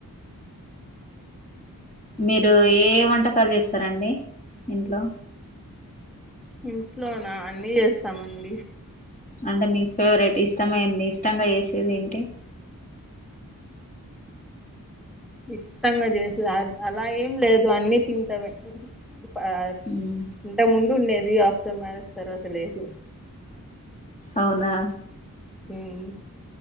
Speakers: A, on the left (about 25°); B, in the centre.
A: మీరు ఏ వంటకాలు చేస్తారండి ఇంట్లో.
B: ఇంట్లోనా అన్నీ చేస్తామండి.
A: అంటే మీ ఫేవరెట్ ఇష్టమైనంది ఇష్టంగా ఏసేది ఏంటి.
B: ఇష్టంగా చేసేది అ అలా ఏం లేదు అన్నీ తింటమే. ఆ
A: మ్మ్
B: ఇంతకు ముందు ఉండేది ఆఫ్టర్ మ్యారేజ్ తర్వాత లేదు.
A: అవునా.
B: ఉమ్.